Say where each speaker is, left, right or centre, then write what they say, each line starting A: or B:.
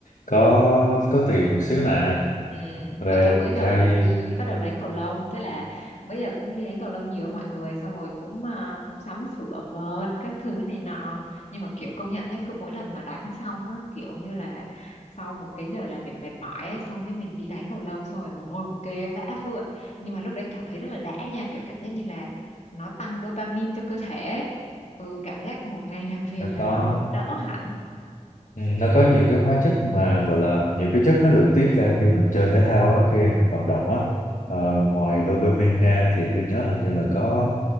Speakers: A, on the left; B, on the left.
A: có có tiền một xíu nè
B: Ừ.
A: về
B: Còn tôi bữa giờ
A: theo
B: là
A: như
B: đi bắt đầu đánh cầu lông thế là bữa giờ cũng đi đánh cầu lông nhiều với mọi người xong rồi cũng à, cũng sắm sửa vợt các thứ này nọ nhưng mà kiểu công nhận nhé cứ mỗi lần mà đánh xong á kiểu như là sau một cái giờ làm việc mệt mỏi ấy, xong cái mình đi đánh cầu lông xong rồi mồ hôi một kê vã vợi nhưng mà lúc đấy cảm thấy rất là đã nha kiểu cảm giác như là nó tăng dopamine cho cơ thể ấy. Ừ, cảm giác một ngày làm việc
A: đã
B: là
A: có
B: nó đỡ hẳn
A: Ừ, nó có nhiều cái hóa chất mà gọi là nhiều cái chất nó được tiết ra khi mình chơi thể thao á, khi mình vận động á Ờ, ngoài dopamine ra thì tôi nhớ là như là có